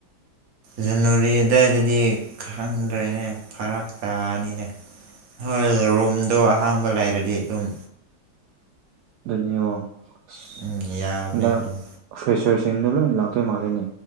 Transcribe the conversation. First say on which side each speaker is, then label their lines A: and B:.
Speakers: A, on the right; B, on the right.
A: ꯖꯅꯋꯥꯔꯤ ꯑꯗꯨꯋꯥꯏꯗꯗꯤ ꯈꯪꯗ꯭ꯔꯦꯅꯦ ꯐꯔꯛ ꯇꯥꯅꯤꯅꯦ ꯍꯣꯏ ꯔꯨꯝꯗꯣ ꯑꯍꯥꯡꯕ ꯂꯩꯔꯗꯤ ꯑꯗꯨꯝ
B: ꯅꯤ ꯋꯥꯣ ꯑꯁ
A: ꯎꯝ ꯌꯥꯕꯅꯦ
B: ꯍꯟꯗꯛ
A: ꯑꯗꯨꯝ
B: ꯐ꯭ꯔꯦꯁꯔꯁꯤꯡꯗꯣ ꯂꯣꯏ ꯂꯥꯛꯇꯣꯏ ꯃꯥꯜꯜꯂꯤꯦꯅꯦ